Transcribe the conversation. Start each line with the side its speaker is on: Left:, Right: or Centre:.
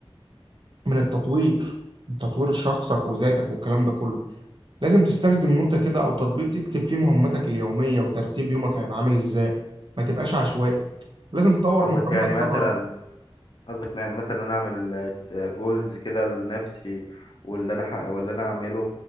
Right: من التطوير تطوير شخصك وذاتك والكلام ده كله لازم تستخدم نوتة كده أو تطبيق تكتب فيه مهمتك اليومية وترتيب يومك هيبقى عامل إزاي ما تبقاش عشوائي لازم تطور
Left: قصدك
Right: مهاراتك
Left: يعني مثلا
Right: طبعا
Left: قصدك يعني مثلا انا اعمل جولز كده لنفسي واللي انا ح- واللي انا اعمله